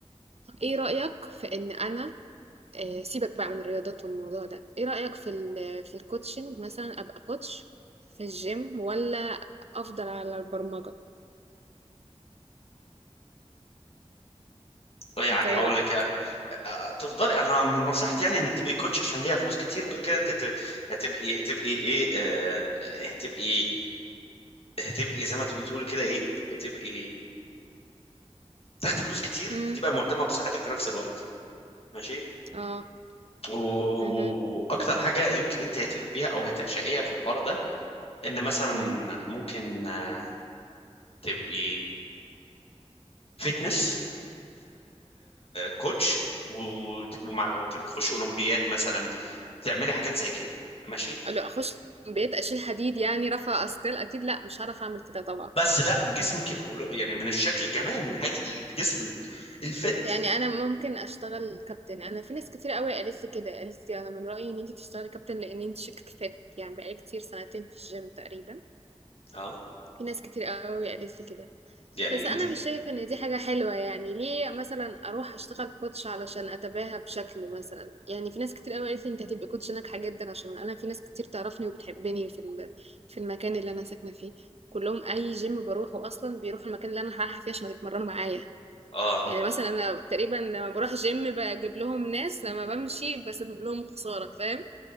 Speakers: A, on the right (about 65°); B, on the left (about 55°).
A: إيه رأيك في إن أنا آه، سيبك بقى من الرياضات والموضوع ده ايه رأيك في ال في الكوتشنج مثلا ابقى كوتش في الجيم ولا افضل على البرمجة
B: يعني
A: انت ايه
B: هقول
A: رأيك
B: لك آه، آه، تفضلي انا من نصيحتي يعني انك تبقي كوتش عشان ليها فلوس كتير وغير كده انت هت- هتبقي هتبقي ايه آه، هتبقي هتبقي زي ما انت بتقول كده ايه هتبقي تاخد فلوس كتير
A: امم
B: وتبقى مهتمه بصحتك في نفس الوقت ماشي
A: اه
B: و-
A: امم
B: واكتر حاجه يمكن انت هتحبيها او هتعشقيها في الحوار ده ان مثلا
A: امم
B: ممكن آه، تبقي فتنس كوتش وت- ومع- وتخش اولمبيات مثلا تعملي حاجات زي كده ماشي
A: لو اخش بيت اشيل حديد يعني رفع اثقال اكيد لا مش هعرف اعمل كده طبعا
B: بس لا جسمك يبقى قلو- يعني من الشكل الجمال من حيث الجسم ال- الفت
A: يعني انا ممكن اشتغل كابتن انا في ناس كتير قوي قالت لي كده قالت لي انا من رأيي ان انت تشتغلي كابتن لان انت شكلك فات يعني بقالي كتير سنتين في الجيم تقريبا
B: اه
A: في ناس كتير قوي قالت لي كده
B: يعني
A: بس انا
B: انت
A: مش شايفه ان دي حاجه حلوه يعني ليه مثلا اروح اشتغل كوتش علشان اتباهى بشكل مثلا يعني في ناس كتير قوي قالت لي انت هتبقي كوتش ناجحه جدا عشان انا في ناس كتير تعرفني وبتحبني في ال- في المكان اللي انا ساكنه فيه كلهم اي جيم بروحه اصلا بيروحوا المكان اللي انا رايحه فيه عشان يتمرنوا معايا
B: اه
A: يعني مثلا انا تقريبا لما بروح جيم بجيب لهم ناس لما بمشي بسبب لهم خساره فاهم